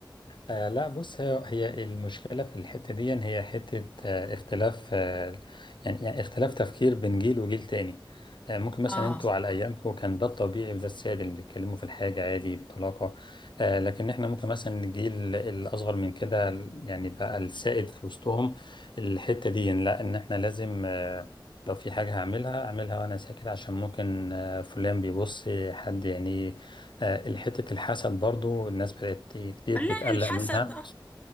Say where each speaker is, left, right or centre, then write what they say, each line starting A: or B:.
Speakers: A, on the left; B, on the left.
A: آه لا بص هي هي المشكلة في الحتة دي إن هي حتة آه اختلاف آه يعني يعني اختلاف تفكير بين جيل وجيل تاني آه ممكن مثلا
B: اه
A: انتوا على أيامكم كان ده الطبيعي وده السائد اللي بيتكلموا في الحاجة عادي بطلاقة آه لكن احنا ممكن مثلا الجيل الأصغر من كده يعني بقى السائد في وسطهم الحتة دي إن لا إن احنا لازم آه لو في حاجة هعملها أعملها وأنا ساكت عشان ممكن آه فلان بيبص حد يعني آه، حتة الحسد برضو الناس بدأت كتير
B: لا
A: بتقلق
B: الحسد
A: منها
B: آه.